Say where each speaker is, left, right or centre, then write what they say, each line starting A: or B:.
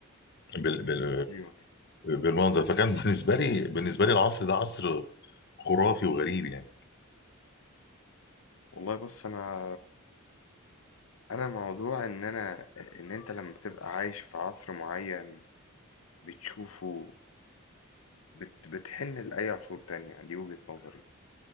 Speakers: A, on the left; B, on the left.
A: بال بال
B: أيوه
A: بالمنظر فكان بالنسبة لي بالنسبة لي العصر ده عصر خرافي وغريب يعني
B: والله بُص، أنا أنا موضوع إن أنا أ إن أنت لمّا بتبقى عايش في عصر معيّن بتشوفه بت بتحِن لأي عصور تانية، دي وجهة نظري.